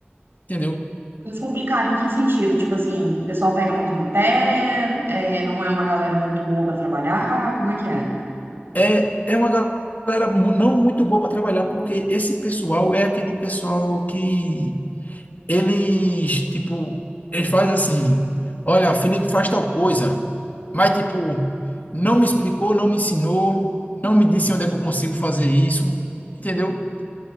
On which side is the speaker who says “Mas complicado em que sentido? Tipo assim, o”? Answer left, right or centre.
Right